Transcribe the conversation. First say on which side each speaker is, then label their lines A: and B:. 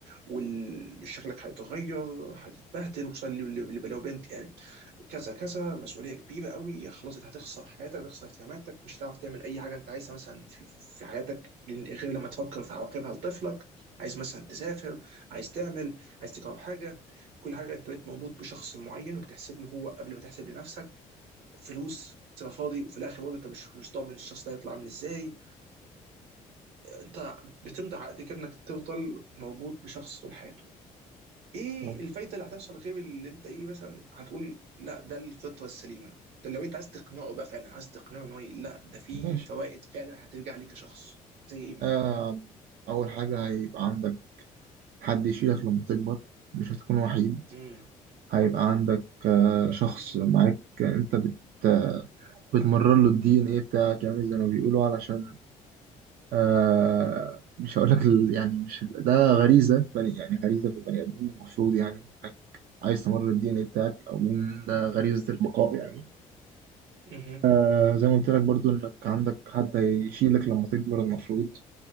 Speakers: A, on the right; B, on the right.
A: وشكلك هيتغير هتتبهدل وصل لو بنت يعني كذا كذا مسؤوليه كبيره قوي خلاص انت هتخسر حياتك هتخسر اهتماماتك مش هتعرف تعمل اي حاجه انت عايزها مثلا في, في حياتك غير لما تفكر في عواقبها لطفلك عايز مثلا تسافر عايز تعمل عايز تجرب حاجه كل حاجه انت بقيت مربوط بشخص معين وبتحسب له هو قبل ما تحسب لنفسك فلوس تبقى فاضي وفي الاخر برضه انت مش مش ضامن الشخص ده هيطلع عامل ازاي انت بتمضي عقد كده انك تفضل مربوط بشخص طول حياته ايه
B: تمام.
A: الفايده اللي هتحصل غير اللي انت ايه مثلا هتقول لا ده الفطره السليمه ده لو انت عايز تقنعه بقى فعلا عايز تقنعه ان هو ي- لا ده في
B: ماشي
A: فوائد فعلا هترجع لك كشخص زي ايه مثلا
B: آه، أول حاجة هيبقى عندك حد يشيلك لما تكبر مش هتكون وحيد
A: امم
B: هيبقى عندك آه، شخص معاك انت بت آه، بتمرر له الدي ان ايه بتاعك يعني زي ما بيقولوا علشان آه مش هقول لك ال... يعني مش ال... ده غريزة بني يعني غريزة في البني ادمين المفروض يعني انك عايز تمرر الدي ان ايه بتاعك او من ده غريزة البقاء يعني
A: اها
B: آه زي ما قلت لك برضو انك عندك حد هيشيلك لما تكبر المفروض